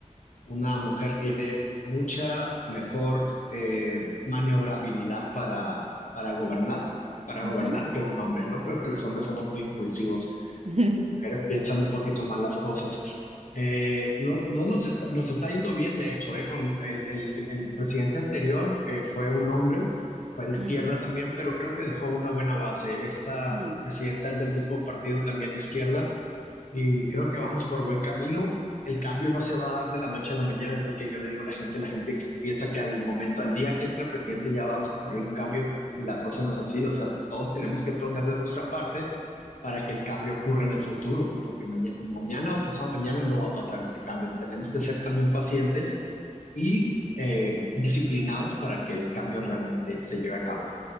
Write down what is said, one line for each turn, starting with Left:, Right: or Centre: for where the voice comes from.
Left: una mujer tiene mucha mejor eh, maniobrabilidad para, para gobernar. para
Right: ujú,
Left: gobernar que un hombre, ¿no? Creo que los hombres somos muy impulsivos.
Right: <laughs>
Left: Mujeres piensan un poquito más las cosas. Eh, no, no nos está, nos está yendo bien, de hecho, eh, con el, el- el presidente anterior eh, fue un hombre, fue de izquierda
Right: ujú,
Left: también, pero creo que dejó una buena base. Esta
Right: ujú.
Left: presidenta es del mismo partido también de izquierda y creo que vamos por buen camino. El cambio no se va a dar de la noche a la mañana, es lo que yo le digo a la gente. La gente piensa que al momento, al día que entre el presidente ya va a ocurrir un cambio y la cosa no es así. O sea, todos tenemos que poner de nuestra parte para que el cambio ocurra en el futuro, porque maña- mañana o pasado mañana no va a pasar este cambio. Tenemos que ser también pacientes y eh, disciplinados para que el cambio realmente se lleve a cabo.